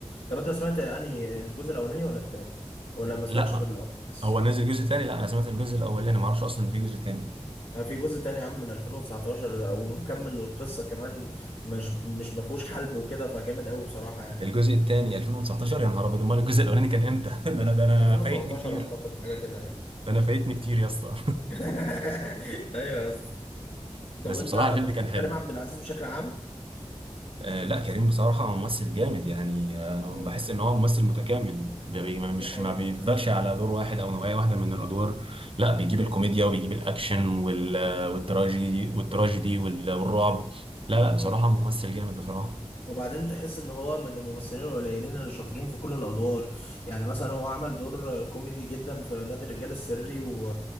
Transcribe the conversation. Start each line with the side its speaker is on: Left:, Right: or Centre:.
Left: طب انت سمعت انهي الجزء الاولاني ولا التاني ولا ما سمعتش
Right: لا
Left: غير الاول بس
Right: هو نزل جزء تاني لا انا سمعت الجزء الاولاني ما اعرفش اصلا ان في جزء تاني
Left: آه، في جزء تاني يا عم من 2019 ومكمل القصة كمان مش مش ما فيهوش حلب وكده فجامد قوي بصراحة يعني
Right: الجزء الثاني 2019 يا نهار ابيض امال الجزء الاولاني كان امتى <laughs> ده انا ده انا
Left: 2017
Right: فايتني كتير
Left: اعتقد حاجة كده يعني
Right: ده انا فايتني كتير يا اسطى
Left: <laughs> ايوه يا اسطى
Right: <laughs>
Left: طب
Right: بس
Left: انت
Right: بصراحه الفيلم
Left: بتحب
Right: كان حلو
Left: كريم عبد العزيز بشكل عام؟
Right: آه لا كريم بصراحه ممثل جامد يعني آه
Left: مم.
Right: بحس ان هو ممثل متكامل بي ما مش
Left: ده حقيقة
Right: ما بيفضلش
Left: فعلا
Right: على دور واحد او نوعيه واحده من الادوار لا بيجيب الكوميديا وبيجيب الاكشن وال والتراجيدي والتراجيدي وال- والرعب لا لا
Left: مم.
Right: بصراحه ممثل جامد بصراحه
Left: وبعدين تحس ان هو من الممثلين القليلين اللي شاطرين في كل الادوار يعني مثلا هو عمل دور كوميدي جدا في نادي الرجال السري و...